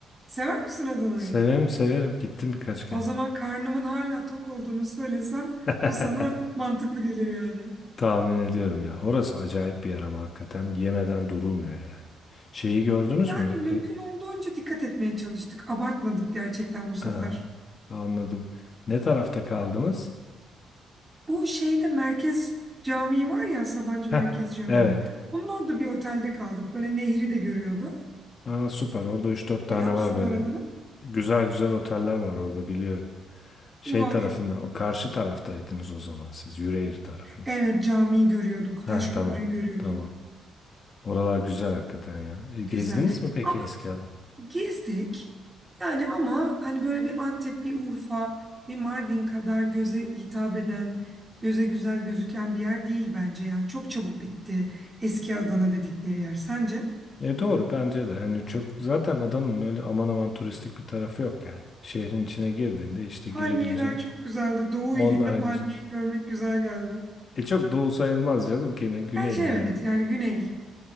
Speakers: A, on the right (about 20°); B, on the left (about 45°).
A: Sever misin Adana'yı?
B: Severim severim. Gittim birkaç kere.
A: O zaman karnımın hala tok olduğunu söylesem
B: <laughs>
A: bu sana mantıklı gelir yani.
B: Tahmin ediyorum ya. Orası acayip bir yer ama hakikaten yemeden durulmuyor yani. Şeyi gördünüz
A: Yani
B: mü?
A: mümkün
B: E,
A: olduğunca dikkat etmeye çalıştık. Abartmadık gerçekten bu sefer.
B: aa, anladım. Ne tarafta kaldınız?
A: Bu şeyde merkez camii var ya Sabancı
B: Heh,
A: Merkez Camii.
B: evet.
A: Onun orada bir otelde kaldık. Böyle nehri de görüyordu.
B: Aa, süper. Orada üç dört tane
A: Biliyor musun
B: var böyle.
A: oraları?
B: Güzel güzel oteller var orada biliyorum. Şey
A: Var.
B: tarafında, o karşı taraftaydınız o zaman siz, Yüreğir tarafında.
A: Evet camiyi görüyorduk.
B: Ha
A: Taş köprüyü
B: tamam,
A: görüyorduk.
B: tamam. Oralar güzel hakikaten ya. E,
A: Güzel.
B: gezdiniz mi peki
A: Ama
B: eski Adana?
A: gezdik. Yani ama hani böyle bir Antep, bir Urfa, bir Mardin kadar göze hitap eden, göze güzel gözüken bir yer değil bence. Yani çok çabuk bitti eski Adana dedikleri yer. Sence?
B: E doğru bence de. Yani çok zaten Adana'nın öyle aman aman turistik bir tarafı yok yani. Şehrin içine girdiğinde işte
A: Palmiyeler
B: girebileceğin.
A: çok güzeldi. Doğu
B: Onlar
A: ilinde palmiye
B: güzel.
A: görmek güzel geldi.
B: E çok doğu sayılmaz canım ki ne güney
A: Gerçi evet
B: yani.
A: yani güney.